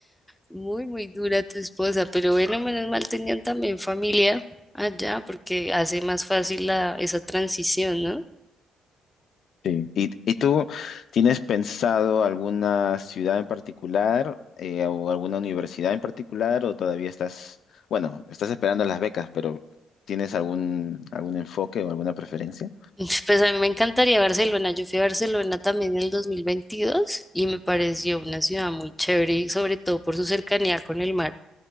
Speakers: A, in the centre; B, on the left (about 65°).
A: muy, muy dura tu esposa, pero bueno, menos mal tenían también familia allá, porque hace más fácil la, esa transición, ¿no?
B: Sí. ¿Y, y tú tienes pensado alguna ciudad en particular eh, o alguna universidad en particular o todavía estás, bueno, estás esperando las becas, pero ¿tienes algún, algún enfoque o alguna preferencia?
A: <laughs> Pues a mí me encantaría Barcelona. Yo fui a Barcelona también en el 2022 y me pareció una ciudad muy chévere, y sobre todo por su cercanía con el mar.